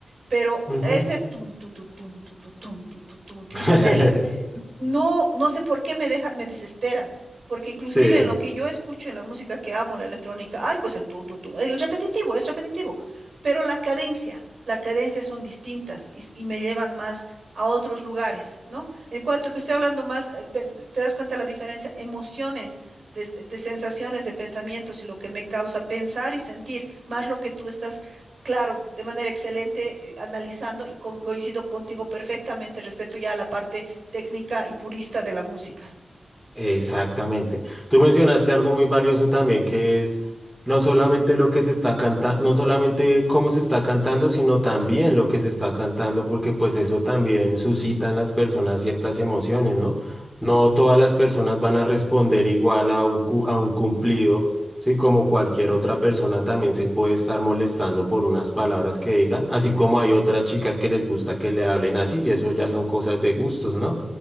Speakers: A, on the right; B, in the centre.
A: Pero
B: ujú.
A: ese tum, tu, tu, tum, tu, tu, tum, tu, tu, tum, que
B: <laughs>
A: usan el, no, no sé por qué me deja, me desespera, porque inclusive
B: Sí,
A: en lo que yo escucho en la música que amo, la electrónica, ay, pues el tun, tun, tun, el repetitivo, es repetitivo, pero la cadencia, la cadencia son distintas y, y me llevan más a otros lugares, ¿no? En cuanto te estoy hablando más, eh, ve- ve- te das cuenta la diferencia, emociones, de, s- de sensaciones, de pensamientos y lo que me causa pensar y sentir, más lo que tú estás, claro, de manera excelente, eh, analizando y con- coincido contigo perfectamente respecto ya a la parte técnica y purista de la música.
B: Exactamente. Tú mencionaste algo muy valioso también, que es no solamente lo que se está cantando, no solamente cómo se está cantando, sino también lo que se está cantando, porque pues eso también suscita en las personas ciertas emociones, ¿no? No todas las personas van a responder igual a un, cu- a un cumplido, ¿sí? Como cualquier otra persona también se puede estar molestando por unas palabras que digan, así como hay otras chicas que les gusta que le hablen así, y eso ya son cosas de gustos, ¿no?